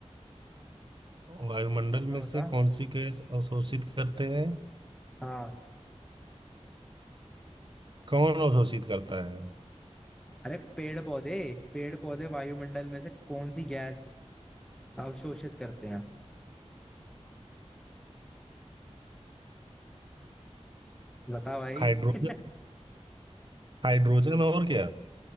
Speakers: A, on the right; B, in the centre.
A: वायुमंडल
B: बता
A: में से
B: बता
A: कौन सी गैस अवशोषित करते हैं
B: हाँ
A: कौन अवशोषित करता है
B: अरे पेड़ पौधे पेड़ पौधे वायुमंडल में से कौन सी गैस अवशोषित करते हैं बता भाई
A: हाइड्रोजन
B: <laughs>
A: हाइड्रोजन और क्या